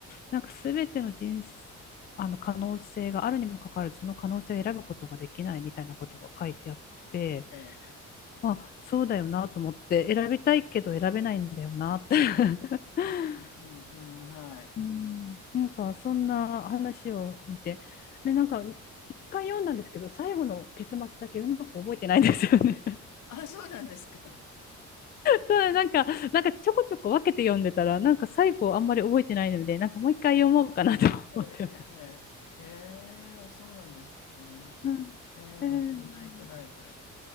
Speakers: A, on the left; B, on the left.
A: なんかすべての人生、あの可能性があるにもかかわらず、その可能性を選ぶことができないみたいなことが書いてあって、
B: え。ええ。
A: まあ、そうだよなと思って、選びたいけど選べないんだよなって <laughs>
B: うんうんうんはい。
A: うん、なんかそんな話を見て、で、なんか一回読んだんですけど、最後の結末だけうまく覚えてないんですよね
B: あ、そうなんですか。
A: そう、なんか、なんかちょこちょこ分けて読んでたら、なんか最後あんまり覚えてないので、なんかもう一回読もうかなと思ってます。
B: ええええええ。へえ、あ、そうなんですね。
A: うん、
B: ええ、
A: えー
B: ミッドナイトライブラリ